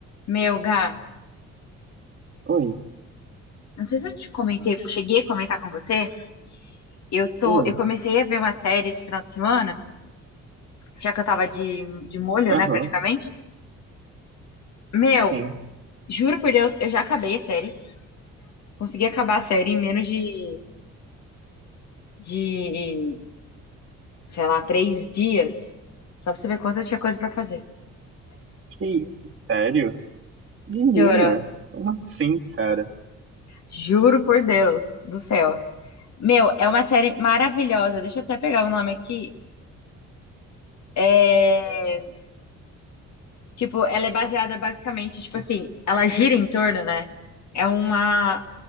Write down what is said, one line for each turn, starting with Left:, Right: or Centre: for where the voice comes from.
Left: Meu, Gá,
Right: Oi.
Left: não sei se eu te comentei, cheguei a comentar com você. Eu tô,
Right: Hum.
Left: eu comecei a ver uma série esse final de semana, já que eu tava de, de molho,
Right: Aham.
Left: né, praticamente. Meu,
Right: Sim.
Left: juro por Deus, eu já acabei a série. Consegui acabar a série em menos de, de, sei lá, três dias. Só pra você ver quanto eu tinha coisa pra fazer.
Right: Que isso, sério? Menina,
Left: Juro,
Right: como assim, cara?
Left: juro por Deus do céu. Meu, é uma série maravilhosa. Deixa eu até pegar o nome aqui. É. Tipo, ela é baseada basicamente, tipo assim, ela gira em torno, né? É uma,